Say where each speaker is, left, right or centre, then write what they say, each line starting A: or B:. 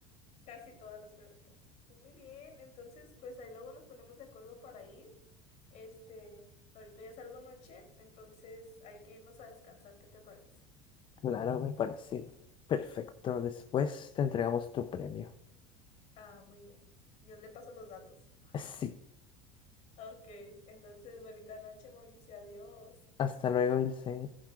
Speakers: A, on the left; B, on the left.
A: Casi todas las preguntas. Muy bien, entonces pues ahí luego nos ponemos de acuerdo para ir. Este, ahorita ya salgo noche, entonces hay que irnos a descansar, ¿qué te parece?
B: Claro, me parece perfecto. Después te entregamos tu premio.
A: Ah, muy bien. Yo le paso los datos. <laughs>
B: Sí,
A: Ok, entonces bonita noche, Mauricio, adiós.
B: hasta luego, Ilse.